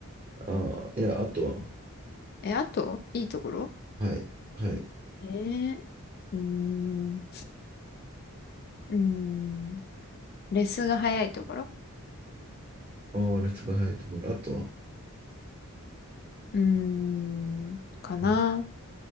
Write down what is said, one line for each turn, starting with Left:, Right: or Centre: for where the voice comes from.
Right: ああ、いや、あと
Left: え、あと、いいところ
Right: は。はい、はい。
Left: えー、うーん、うーん、レスが早いところ
Right: ああ、あれとかはいところ。あとは。
Left: うーん、かな。
Right: うん。